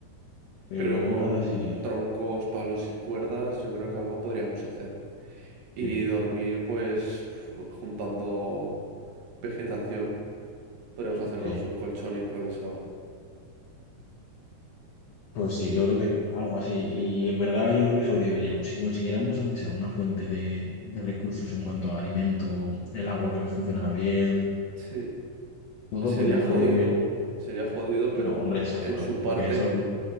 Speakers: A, on the left (about 80°); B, on the right (about 75°).
A: Pero
B: Pero
A: luego
B: con
A: en verdad sí,
B: troncos, palos y cuerdas, yo creo que algo podríamos hacer.
A: sí,
B: Y dormir, pues juntando vegetación, podríamos hacernos
A: sí.
B: un colchón improvisado.
A: Pues sí,
B: Y
A: yo creo que algo así. Y
B: sí,
A: en verdad yo creo que sobreviviríamos. Si consiguiéramos, aunque sea una fuente de, de recursos en cuanto a alimento, el agua que nos funcionara bien,
B: sí,
A: todo
B: sería
A: podríamos
B: jodido,
A: sobrevivir.
B: sería jodido, pero
A: No, hombre, seguro.
B: en su
A: Porque
B: parte
A: eso, lo-